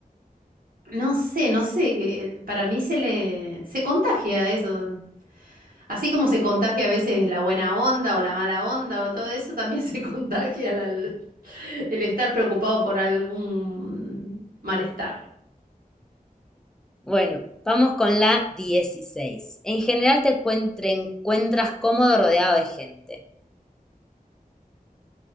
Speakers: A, on the right; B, in the centre.
A: No sé, no sé, eh, para mí se le, se contagia eso. Así como se contagia a veces la buena onda o la mala onda o todo eso, también se <laughs> contagia la- el estar preocupado por algún malestar.
B: bueno, vamos con la dieciséis En general te encuent- te encuentras cómodo rodeado de gente.